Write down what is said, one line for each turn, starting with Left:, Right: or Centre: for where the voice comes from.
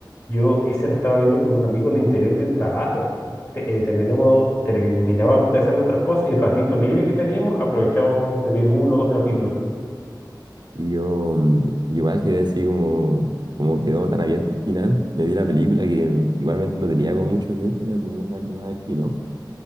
Left: Yo ese la estaba viendo con un amigo al interior del trabajo. Te- eh, terminamos, terminábamos de hacer nuestras cosas y el ratito libre que teníamos aprovechábamos de ver uno o dos capítulos.
Right: Y yo mm, igual quedé así como, como quedó tan abierto el final. Me vi la película que igualmente no tenía como mucho que ver, era como un- algo más spin-off.